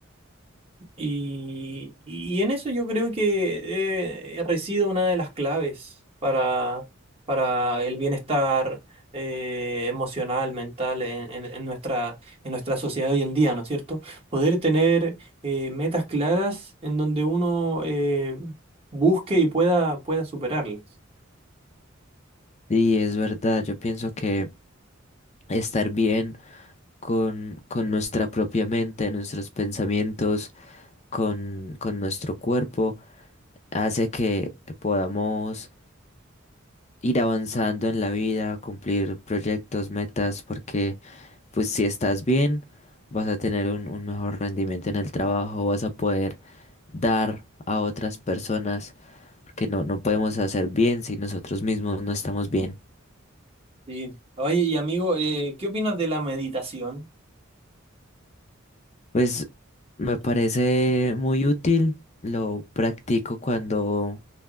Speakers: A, on the right (about 30°); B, on the left (about 35°).
A: Y, y en eso yo creo que eh, reside una de las claves para, para el bienestar eh, emocional, mental en, en- en nuestra, en nuestra sociedad hoy en día, ¿no es cierto? Poder tener eh, metas claras en donde uno eh, busque y pueda, pueda superarlas.
B: Sí, es verdad, yo pienso que estar bien con, con nuestra propia mente, nuestros pensamientos, con, con nuestro cuerpo, hace que podamos ir avanzando en la vida, cumplir proyectos, metas, porque pues si estás bien, vas a tener un, un mejor rendimiento en el trabajo, vas a poder dar a otras personas, porque no, no podemos hacer bien si nosotros mismos no estamos bien.
A: Sí. Oye, y amigo, eh, ¿qué opinas de la meditación?
B: Pues me parece muy útil, lo practico cuando,